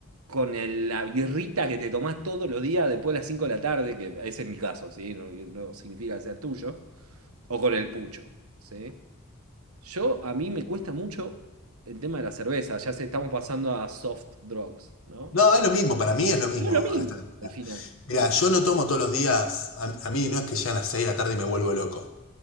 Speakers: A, on the right (about 80°); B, on the left (about 65°).
A: con el- la birrita que te tomás todos los días después de las 5 de la tarde, que ese es mi caso, ¿sí? No, no significa que sea tuyo, o con el pucho, ¿sí? Yo, a mí me cuesta mucho el tema de la cerveza, ya se estamos pasando a soft drugs, ¿no?
B: No, es lo mismo, para mí es lo mismo.
A: Pero es lo mismo,
B: a esta altura.
A: al final,
B: Mirá, yo no tomo todos los días, a, a mí no es que ya a las 6 de la tarde me vuelvo loco